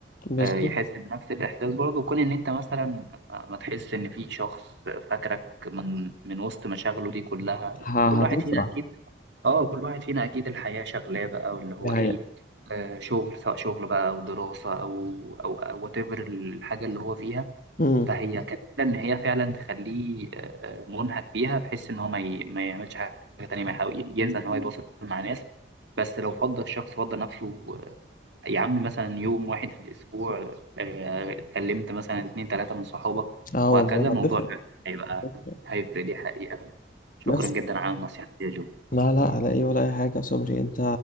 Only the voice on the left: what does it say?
بالظبط
ه-
هتفرح
دي حقيقة
امم
اه
والله
هتفرق
هتفرق.
بس
لا لا على ايه ولا اي حاجه يا صبري انت